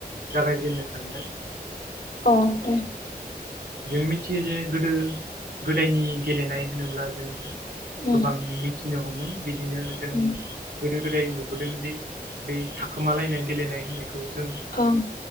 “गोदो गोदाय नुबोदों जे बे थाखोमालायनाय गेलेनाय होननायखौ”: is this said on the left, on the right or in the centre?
Right